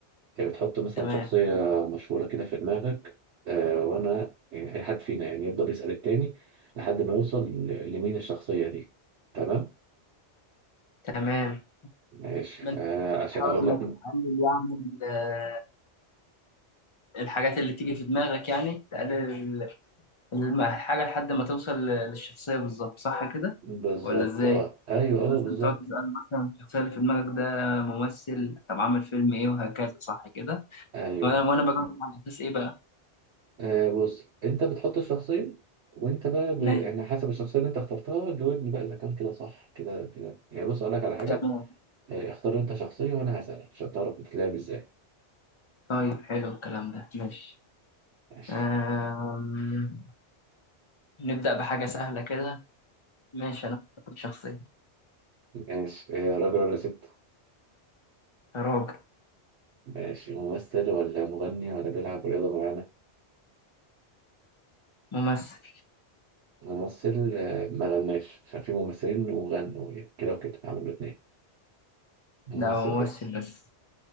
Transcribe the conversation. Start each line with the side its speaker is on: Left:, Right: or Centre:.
Right: هي بتحط مثلا
Left: تمام
Right: شخصيه مشهوره كده في دماغك آه وانا يعني اي حد فينا يعني يفضل يسال التاني لحد ما يوصل ل- لمين الشخصيه دي تمام
Left: تمام
Right: ماشي
Left: ما انت
Right: آه عشان
Left: بتحاول
Right: اقول
Left: انك
Right: لك
Left: تقلل
Right: م-
Left: يعني ال- الحاجات اللي تيجي في دماغك يعني تقلل ال- الم- الحاجة لحد ما توصل ل- للشخصية بالظبط صح كده
Right: بالظبط
Left: ولا ازاي
Right: اه ايوه
Left: يعني
Right: اه
Left: مثلا
Right: بالظبط
Left: تقعد تسأل مثلا الشخصية اللي في دماغك ده ممثل طب عامل فيلم ايه وهكذا صح كده
Right: ايوه
Left: وانا وأنا بجاوب على اساس ايه بقى
Right: آه بص انت بتحط الشخصية وانت بقى ب...
Left: ماشي
Right: يعني حسب الشخصية اللي انت اخترتها جاوبني بقى اذا كان كده صح كده كده يعني بص اقول لك على حاجة
Left: تمام
Right: آه اختار انت شخصية وانا هسألك عشان تعرف بتتلعب ازاي
Left: طيب حلو الكلام ده ماشي
Right: ماشي
Left: آم... نبدأ بحاجة سهلة كده ماشي انا اخترت شخصية
Right: ماشي آه راجل ولا ست
Left: راجل
Right: ماشي ممثل ولا مغني ولا بيلعب رياضة معينة
Left: ممثل
Right: ممثل آه ما غناش عشان في ممثلين وغنوا يعني كده وكده عملوا الاتنين ممثل
Left: لا هو ممثل
Right: بس
Left: بس